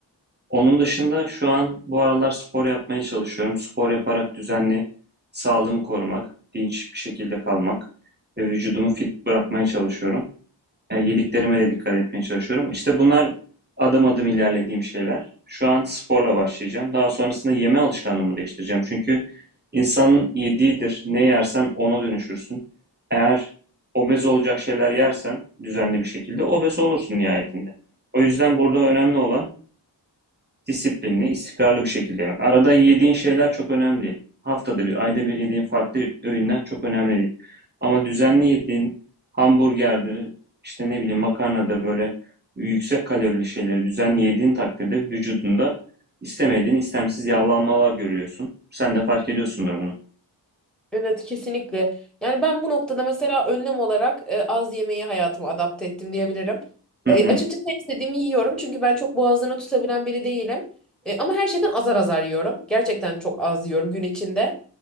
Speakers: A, on the right; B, in the centre.
A: Onun dışında şu an bu aralar spor yapmaya çalışıyorum. Spor yaparak düzenli sağlığımı korumak, dinç bir şekilde kalmak ve vücudumu fit bırakmaya çalışıyorum. Yani yediklerime de dikkat etmeye çalışıyorum. İşte bunlar adım adım ilerlediğim şeyler. Şu an sporla başlayacağım. Daha sonrasında yeme alışkanlığımı değiştireceğim. Çünkü insanın yediğidir. Ne yersen ona dönüşürsün. Eğer obez olacak şeyler yersen düzenli bir şekilde obez olursun nihayetinde. O yüzden burada önemli olan Disiplinli, istikrarlı bir şekilde yemek. Arada yediğin şeyler çok önemli. Haftada bir, ayda bir yediğin farklı öğünler çok önemli değil. Ama düzenli yediğin hamburgerdir, işte ne bileyim makarnadır böyle yüksek kalorili şeyleri düzenli yediğin takdirde vücudunda istemediğin istemsiz yağlanmalar görüyorsun. Sen de fark ediyorsundur bunu.
B: Evet kesinlikle. Yani ben bu noktada mesela önlem olarak e, az yemeği hayatıma adapte ettim diyebilirim.
A: Hı
B: E,
A: hı,
B: açıkçası ne istediğimi yiyorum çünkü ben çok boğazını tutabilen biri değilim. E, ama her şeyden azar azar yiyorum. Gerçekten çok az yiyorum gün içinde.